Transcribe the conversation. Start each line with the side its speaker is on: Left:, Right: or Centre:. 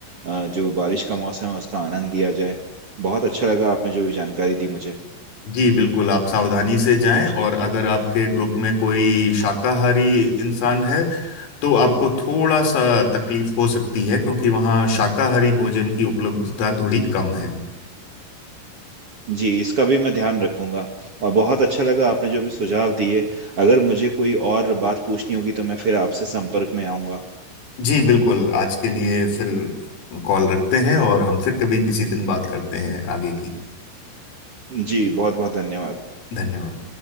Right: अ, जो बारिश का मौसम है उसका आनंद लिया जाए बहुत अच्छा लगा आपने जो भी जानकारी दी मुझे
Left: जी बिल्कुल आप सावधानी से जाएं और अगर आपके ग्रुप में कोई शाकाहारी इंसान है तो आपको थोड़ा सा तकलीफ हो सकती है क्योंकि वहाँ शाकाहारी भोजन की उपलब्धता थोड़ी कम है
Right: जी इसका भी मैं ध्यान रखूंगा और बहुत अच्छा लगा आपने जो भी सुझाव दिए अगर मुझे कोई और बात पूछनी होगी तो मैं फिर आपसे संपर्क में आऊंगा
Left: जी बिल्कुल आज के लिए फिर कॉल रखते हैं और हम फिर कभी किसी दिन बात करते हैं आगे की
Right: जी बहुत बहुत धन्यवाद
Left: धन्यवाद